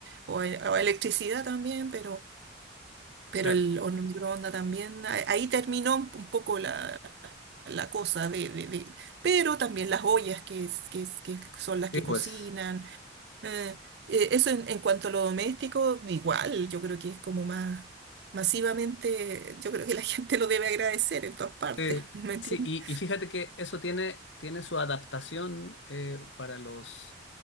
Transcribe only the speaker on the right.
o, e- o electricidad también, pero, pero
el horno microondas también. a- Ahí terminó un un poco la, la cosa de, de- de- Pero también las ollas que, es- que, es- que son las que
cocinan.
eh, eh, eso en, en cuanto a lo doméstico, igual, yo creo que es como más... Masivamente, yo creo que la <laughs> gente lo debe agradecer en todas partes,
¿me entiendes?